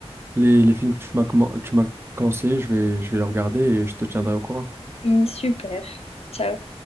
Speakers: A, on the right (about 20°); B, on the left (about 70°).
A: les, les films que tu m'as commen- tu m'as conseillé, je vais, je vais les regarder et je te tiendrai au courant.
B: Mm, Super. Ciao.